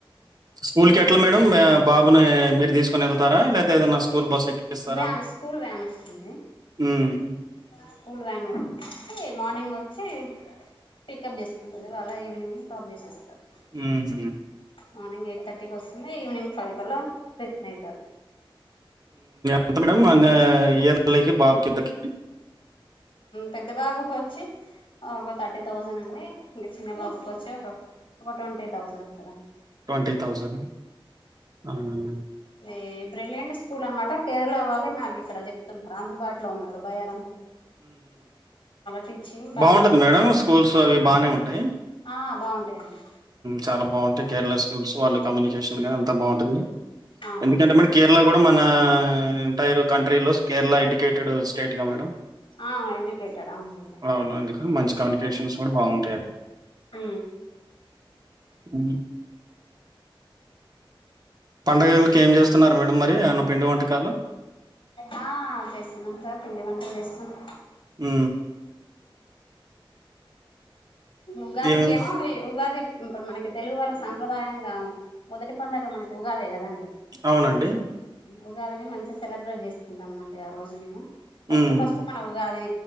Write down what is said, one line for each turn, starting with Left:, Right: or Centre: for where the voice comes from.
Right: స్కూల్ కి ఎట్లా మేడం బాబుని మీరు తీసుకుని ఎళ్తారా లేకపోతే ఏదనా స్కూల్ బస్ ఎక్కిస్తారా
Left: వ్యాన్ స్కూల్ వ్యాన్ వస్తుంది
Right: ఉమ్,
Left: స్కూల్ వ్యాన్ మార్నింగ్ వ వచ్చి పికప్ చేసుకుంటది వాళ్ళ ఈవినింగ్ డ్రాప్ చేసేస్తారు
Right: ఆ హ
Left: మార్నింగ్ ఎయిట్ థర్టీకి వస్తుంది ఈవినింగ్ ఫైవ్ కల్లా రిటర్న్ అయితారు
Right: ఎంత మేడం అ ఏర్లైకి బాబకిందకు
Left: పెద్ద బాబుకు వచ్చి ఒక థర్టీ థౌజండ్ అండి ఇంక చిన్న బాబుకి వచ్చి ఒక ట్వంటీ థౌజండ్
Right: ట్వంటీ థౌజండ్ అవునా
Left: ఎ బ్రీలియెంట్ స్టూ స్కూల్ అనమాట కేరళ వాళ్ళే మాకు ఇక్కడ చెప్తున్నారు అందుబాటులో ఉన్నారు బయారం టీచింగ్ బానే
Right: బాగుంటది
Left: ఉంటుంది
Right: మేడం స్కూల్స్ అవి బానే ఉంటాయి.
Left: ఆ బాగుంటాయండి
Right: చాలా బాగుంటాయి
Left: బా
Right: కేరళ స్కూల్స్ వాళ్ళు కమ్యూనికేషన్ గాని అంతా బాగుంటుంది
Left: అవునవును
Right: ఎందుకంటే మరి కేరళ కూడా మన ఎంటైర్ కంట్రీలోస్ కేరళ కెటెడు స్టేట్ గా మేడం
Left: ఆ ఎడ్యుకేటెడ్ అవుంనండి
Right: అవును అందుకని మంచి కమ్యూనికేషన్స్ కూడా బాగుంటాయి అక్కడ
Left: ఉ
Right: అ పండగలకి ఏం చేస్తున్నారు మేడ మరి అమన్న పిండి వంటకాలు
Left: ఆ చేస్తున్నాం సార్ పిండి వంటలు చేస్తున్నాం
Right: హ
Left: ఉగాది
Right: ఏమేం
Left: కేమో ఈ ఉగాది ఇప్పుడు మనకి తెలుగు వాళ్ళకి సంప్రదాయంగా మొదటి పడుగ మనకి ఊగాదే కదండి
Right: అవునండి
Left: ఉగాదిని మంచిగా సెలబ్రేట్ చేసుకుంటాంమండి ఆ రోజు మేము ఫస్ట్
Right: మ్మ్,
Left: ఫస్ట్ మన ఉగాది